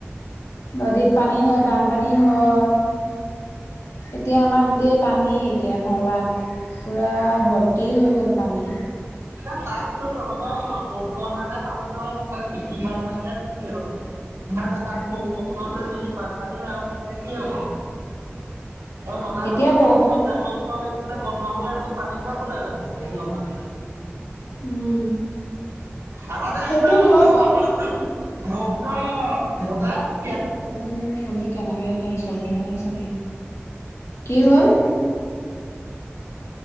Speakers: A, on the left (about 85°); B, on the right (about 85°).
A: নদীত পানী হয়, বানপানী হয়। এতিয়া আমাৰ গোটেই পানী এতিয়া নলাত। পুৰা ভৰ্তি হৈ গ'ল পানী।
B: এ তাততো তহঁতৰ বৰষুণৰ কাৰণে পানী নহয় তাত যিমান পানী হয় কি নাই, নাই তাক স
A: উম
B: বৰষুণতে যদি বানপানী হয় তেনেলে কি হ'ব। অ', নলা
A: এতিয়া
B: নৰ্দমা
A: ব
B: চব যাবৰ জোথৰ লাগি পানে বন্ধ হৈ আছে পানী সবা কলে যাব বৰষুন।
A: উম।
B: আগতে
A: সেইটো
B: আমাৰ
A: হয় বাৰু
B: একদম বৰষুণৰ বজাৰ।
A: তই য মোৰ ফোনটো কেনেকে কেনচেল হয় চাবি কি হ'ল?